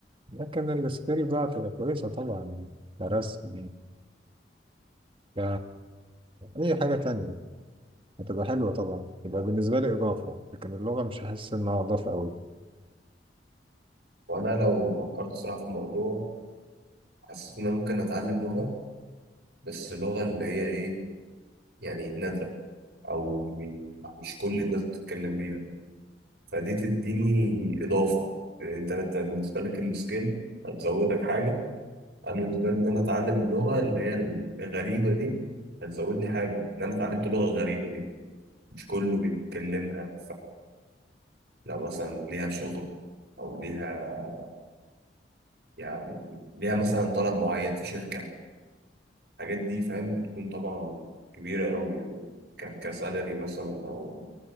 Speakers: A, on the right (about 30°); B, on the right (about 65°).
A: لكن السكيل بقى تبقى كويسة طبعا كرسم ك أي حاجة تانية هتبقى حلوة طبعا تبقى بالنسبة لي إضافة لكن اللغة مش هحس إنها إضافة أوي
B: وأنا لو فكرت صراحة في الموضوع حسيت إن أنا ممكن أتعلم لغة بس لغة اللي هي إيه يعني نادرة أو مش كل الناس بتتكلم بيها فدي تديني إضافة لأن أنت أنت بالنسبة لك السكيل هتزودك حاجة أنا بالنسبة لي إن أنا أتعلم اللغة اللي هي الغريبة دي هتزودني حاجة إن أنا اتعلمت لغة غريبة دي مش كله بيتكلمها لو مثلا ليها شغل او ليها يعني ليها مثلا طلب معين في شركة الحاجات دي فاهم بتكون طبعا كبيرة قوي يعني ك- كسالري مثلا او